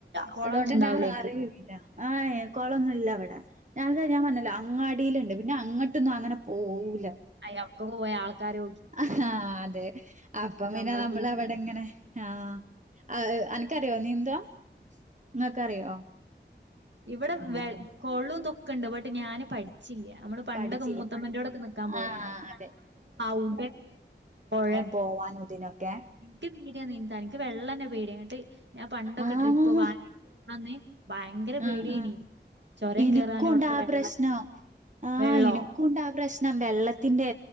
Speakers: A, on the right (about 75°); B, on the right (about 40°).
A: കൊളൊന്നും
B: അതുകൊണ്ട്ന്നെ
A: ഉണ്ടാവൂലേക്കും.
B: അറീല്ല ആ ഏ കൊളൊന്നുല്ലവടെ ഞങ്ങക്ക് ഞാൻ പറഞ്ഞല്ലോ അങ്ങാടീല്ണ്ട് പിന്നങ്ങോട്ടൊന്നു അങ്ങനെ പോവൂല
A: അയേ അവട്ക്കൊക്കെ പോയ ആൾക്കാരു
B: ആഹാ അതെ അപ്പം പിന്നെ
A: നമ്മളെ
B: നമ്മള്
A: കുറി
B: അവടിങ്ങനെ ആഹ് ആ അനക്കറിയോ നീന്തോ ഇങ്ങക്കറിയോ?
A: ഇവടെ
B: ആഹ്
A: വെ കൊളോ ഇതൊക്കണ്ട് ബട്ട് ഞാന് പടി ചില്ല മ്മള് പണ്ടൊക്കെ
B: പഠിച്ചില്ല
A: മൂത്തമ്മന്റോടൊക്കെ നിക്കാൻ പോയണ്ടായിനി
B: ആഹ് അതെ
A: അഉടെക്കെ പൊഴ
B: പോവാനു ഇതിനൊക്കെ
A: നിക്ക് പേടിയ നീന്താന് ഇൻക്ക് വെള്ളന്നെ പേടിയ ന്നിട്ട് ഞാൻ പണ്ടൊക്കെ
B: ആഹ്
A: ട്രിപ്പ് വാനാട്ക്ക് പോന്നന്ന് ഭയങ്കര പേടിയേനി
B: ആഹ് ആഹ്
A: ചൊരം
B: ഇനിക്കുണ്ട്
A: കേറാനും അവിടുത്തെ
B: ആ
A: വെള്ള
B: പ്രശ്നോ ആഹ്
A: വെള്ളോ
B: ഇനിക്കുണ്ട് ആ പ്രശ് നം വെള്ളത്തിന്റെ